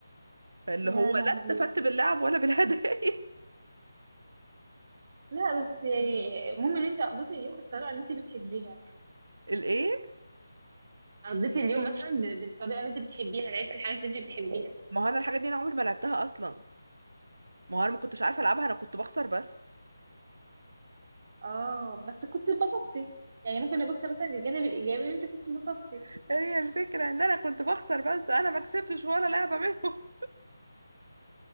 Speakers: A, on the right; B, on the right.
A: فاللي
B: يا
A: هو
B: لهوي
A: لا استفدت باللعب ولا بالهدايا
B: لا بس يعني المهم ان انت قضيتي اليوم بالطريقة اللي انت بتحبيها
A: <laughs> الايه
B: قضيتي اليوم مثلا ب- بالطريقه اللي انت بتحبيها لعبتي الحاجات اللي انت بتحبيها
A: ما هو انا الحاجه دي انا عمري ما لعبتها اصلا ما هو انا ما كنتش عارفه العبها انا كنت بخسر بس
B: اه بس كنت اتبسطتي يعني ممكن ابص مثلا للجانب الايجابي ان انت كنت اتبسطتي
A: <laughs> هي الفكره ان انا كنت بخسر بس انا ما كسبتش ولا لعبه منهم